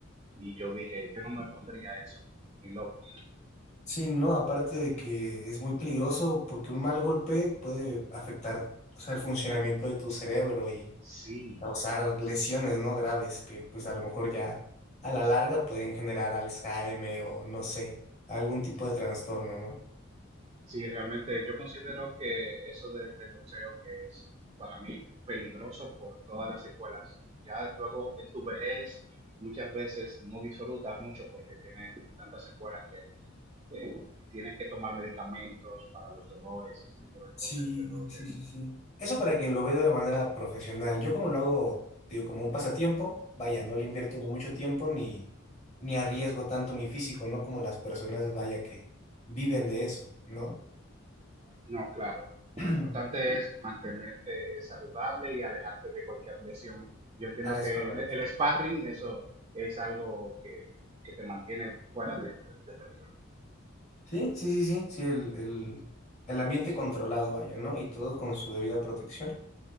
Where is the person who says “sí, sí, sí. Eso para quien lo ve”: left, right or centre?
Left